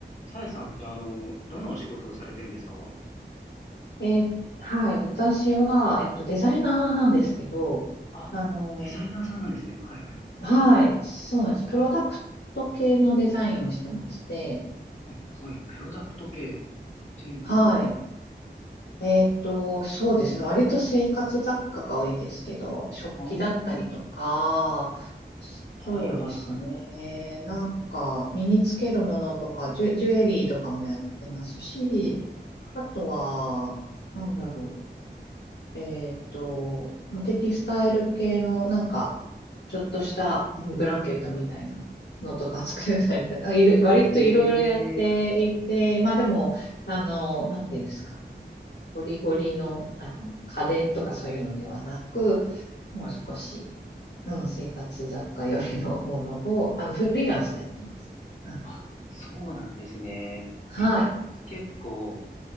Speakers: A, on the left (about 40°); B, on the left (about 70°).
A: さえさんってあの、どんなお仕事をされてるんですか
B: えーはい、私は、えっと、デザイナーなんですけど、
A: あ、
B: あの、
A: デザイナーさんなんですね。はいはいはい。
B: はい、そうなんです。プロダクト系のデザインをしてまして、
A: あ、はい、プロダクト系っていうのは、
B: はい、えっと、そうですね。割と生活雑貨が多いんですけど、食器だったりとか、
A: ああ、はいはいはい。
B: そうですね。なんか、身につけるものとか、ジュ、ジュエリーとかもやってますし、
A: はいは
B: あとは、なんだろう。えっと、まあテキスタイル系の、なんか、ちょっとしたうんブランケットみたいなのとか作ったりとか、いろ割といろいろやっていて、
A: い。ええ
B: まあでも、あの、なんていうんですか、ゴリゴリの、あの家電とかそういうのではなく、もう少し、
A: はいはい。
B: うん、生活雑貨よりのものを、あの、フリーランスでやってます。はい。
A: あ、そうなんですね。
B: はい。
A: え、結構、